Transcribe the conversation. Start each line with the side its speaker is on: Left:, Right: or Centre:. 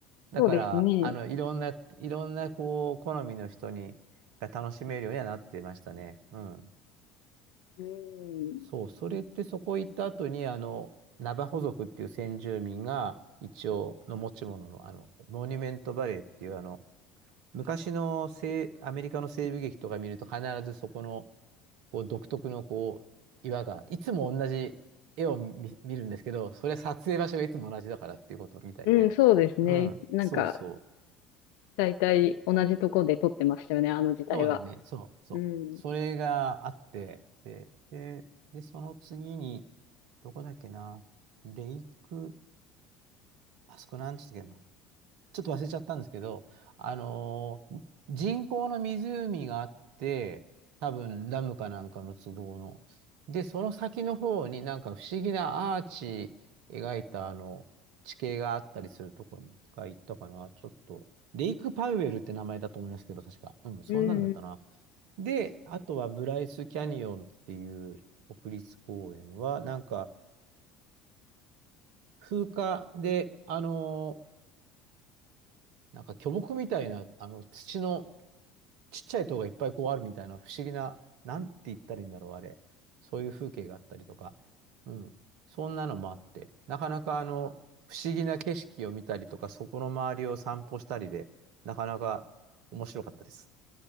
Right: だから、
Left: そうですね。
Right: あの、いろんな、いろんな、こう、好みの人に、が楽しめるようにはなってましたね。うん。
Left: うん、
Right: そう、それってそこ行った後に、あの、ナバホ族っていう先住民が、一応の持ち物の、あの、モニュメントバレーっていう、あの、昔の西、アメリカの西部劇とか見ると必ずそこの、こう、独特の、こう、岩が、いつも同じ絵を見、見るんですけど、それは撮影場所がいつも同じだからっていうことみたいで、
Left: うん、そうですね。
Right: うん、
Left: なんか、
Right: そうそう。
Left: だいたい同じとこで撮ってましたよね、あの時代は。
Right: そうだよね。そう、そう。
Left: うん、
Right: それがあって、で、で、で、その次に、どこだっけな、レイク、あそこなんつったっけな、ちょっと忘れちゃったんですけど、あのー人工の湖があって、多分ダムかなんかの都合の。で、その先の方になんか不思議なアーチ描いたあの地形があったりするとこに一回行ったかな。ちょっと、レイクパウエルって名前だと思いますけど、確か。うん、そんなんだったな。
Left: うん、
Right: で、あとはブライスキャニオンっていう国立公園は、なんか風化で、あのーなんか巨木みたいな、あの土のちっちゃい塔がいっぱいこうあるみたいな不思議な、なんて言ったらいいんだろう、あれ。そういう風景があったりとか、うん。そんなのもあって、なかなかあの、不思議な景色を見たりとか、そこの周りを散歩したりで、なかなか面白かったです。